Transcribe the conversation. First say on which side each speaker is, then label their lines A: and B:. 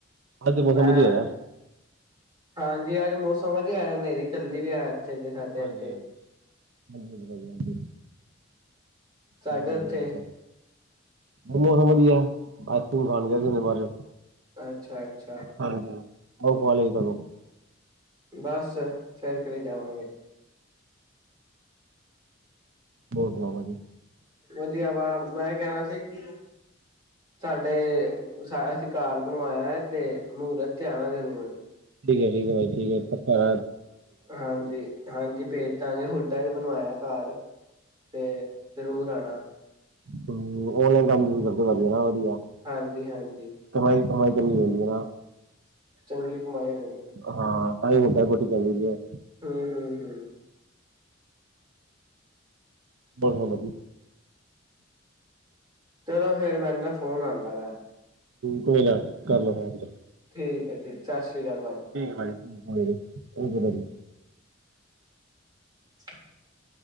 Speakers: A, on the right; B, on the right.
A: ਅੱਜ ਮੌਸਮ
B: ਮੈਂ
A: ਵਧੀਆ ਹੈਗਾ
B: ਹਾਂਜੀ ਅੱਜ ਮੌਸਮ ਵਧੀਆ ਹਨੇਰੀ ਚੱਲਦੀ ਪਈ ਐ ਇੱਥੇ ਤੇ ਸਾਡੇ
A: ਹਾਂਜੀ,
B: ਇੱਥੇ
A: ਹਾਂਜੀ, ਹਾਂਜੀ, ਹਾਂਜੀ ਭਾਜੀ ਹਾਂਜੀ
B: ਸਾਡੇ
A: ਬਹੁਤ
B: ਉੱਥੇ
A: ਵਧੀਆ ਲੱਗਾ ਮੌਸਮ ਵਧੀਆ ਆਈਸਕ੍ਰੀਮ ਖਾਣ ਗਿਆ ਬਾਹਰ
B: ਅੱਛਾ, ਅੱਛਾ
A: ਹਾਂਜੀ ਉਹ <unintelligible>
B: ਬਸ ਫੇਰ ਘਰੇ ਜਾਵਾਂਗੇ।
A: ਹੋਰ ਸੁਣਾਓ ਭਾਜੀ
B: ਵਧੀਆ ਵਾ ਮੈਂ ਕਹਿਣਾ ਸੀ ਕਿ ਸਾਡੇ ਅਸੀਂ ਘਰ ਬਣਵਾਇਆ ਤੇ ਮੁਹੂਰਤ ਤੇ ਆਣਾ ਜ਼ਰੂਰ
A: ਠੀਕ ਏ, ਠੀਕ ਏ ਭਾਈ, ਠੀਕ ਏ ਪਰ
B: ਹਾਂਜੀ, ਹਾਂਜੀ ਭੇਜ ਦਾਂਗੇ ਹੁੰਡਾ ਵੀ ਬਣਵਾਇਆ ਘਰ ਤੇ ਜ਼ਰੂਰ ਆਣਾ
A: ਤੇ ਔਨਲਾਈਨ ਕੰਮ‌ ਸ਼ੁਰੂ ਕਰਦੇ ਭਾਈ ਵਧੀਆ
B: ਹਾਂਜੀ, ਹਾਂਜੀ।
A: ਕਮਾਈ ਕਮਾਈ ਕਿੰਨੀ ਹੋ ਜਾਂਦੀ ਆ
B: ਚੰਗੀ ਕਮਾਇਆ ਹੋ ਜਾਂਦੀ
A: ਹਾਂ ਤਾਂ ਹੀ ਹੁੰਡਾ ਕੋਠੀ ਪਾਈ ਹੋਈ ਐ
B: ਹੂੰ, ਹੂੰ, ਹੂੰ
A: ਬਸ ਵਧੀਆ
B: ਚਲੋ ਫੇਰ ਮੈਨੂੰ ਨਾ ਫੋਨ ਆਂਦਾ ਵੇ
A: ਕੋਈ ਨਾ ਕਰ ਲੋ ਫੇਰ ਹੈਡਲ
B: ਠੀਕ ਏ ਠੀਕ ਏ ਸਤਿ ਸ਼੍ਰੀ ਅਕਾਲ ਭਾਜੀ।
A: ਠੀਕ ਏ ਭਾਜੀ <unintelligible> ਭਾਜੀ
B: <inaudible>